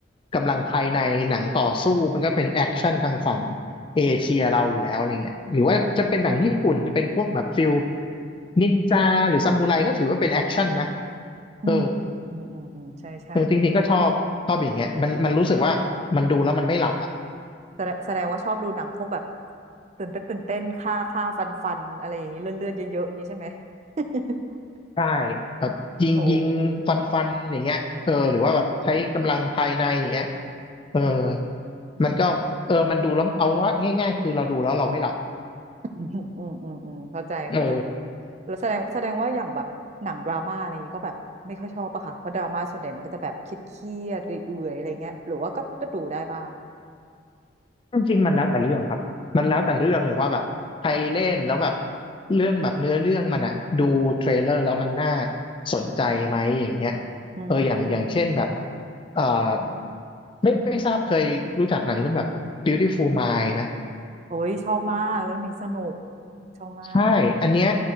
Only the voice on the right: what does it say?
อ่า
อืมอืมอืมอืมใช่ใช่
แสดงแสดงว่าชอบดูหนังพวกแบบตื่นเต้นตื่นเต้นฆ่าฆ่าฟันฟันอะไรอย่างนี้เลือดเลือดเยอะๆอย่างนี้ใช่ไหม <laughs>
โอ้โห
อืมอืมอืมอืมเข้าใจเข้าใจ
แล้วแสดงแสดงว่าอย่างแบบหนังดราม่าอะไรอย่างนี้ก็แบบไม่ค่อยชอบปะค่ะเพราะดราม่าส่วนใหญ่มันก็จะแบบเครียดๆเอื่อยๆอะไรเงี้ยหรือว่าก็ก็ดูได้บ้าง
อื
ม
โอ้ยชอบมากเรื่องนี้สนุกชอบมาก